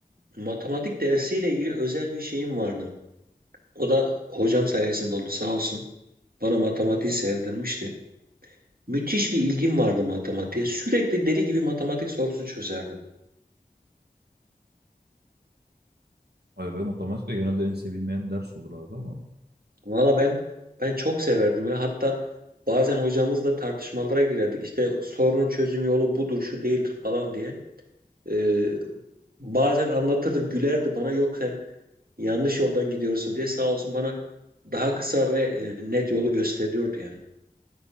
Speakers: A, on the right; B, on the right.
A: matematik dersiyle ilgili özel bir şeyim vardı. O da hocam sayesinde oldu sağ olsun. Bana matematiği sevdirmişti. Müthiş bir ilgim vardı matematiğe. Sürekli deli gibi matematik sorusu çözerdim.
B: Ay be matematik genelde en sevilmeyen ders olur abi ama.
A: Valla ben ben çok severdim ya. Hatta bazen hocamızla tartışmalara girerdik. İşte sorunun çözüm yolu budur, şu değildir falan diye. Ee, bazen anlatırdım, gülerdi bana. Yok sen yanlış yoldan gidiyorsun diye sağ olsun bana daha kısa ve e, net yolu gösteriyordu yani.